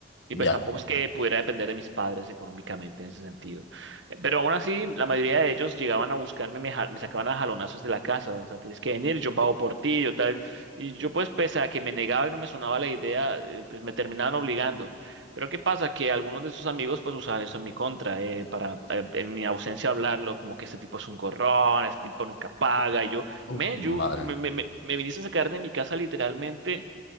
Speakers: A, on the right; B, on the left.
A: Y
B: Ya.
A: pues tampoco es que pudiera depender de mis padres económicamente en ese sentido. Eh, Pero aún así, la mayoría de ellos llegaban a buscarme, me, ja- me sacaban a jalonazos de la casa. O sea, tienes que venir, yo pago por ti, yo tal. Y yo pues, pese a que me negaba y no me sonaba la idea, eh, pues me terminaban obligando. Pero ¿qué pasa? Que algunos de sus amigos pues usaban eso en mi contra, eh, para eh, en mi ausencia hablarlo, como que este tipo es un gorrón, este tipo nunca paga. Y yo,
B: Uh,
A: me,
B: madre
A: yo, me,
B: mía.
A: me, me me viniste a sacar de mi casa literalmente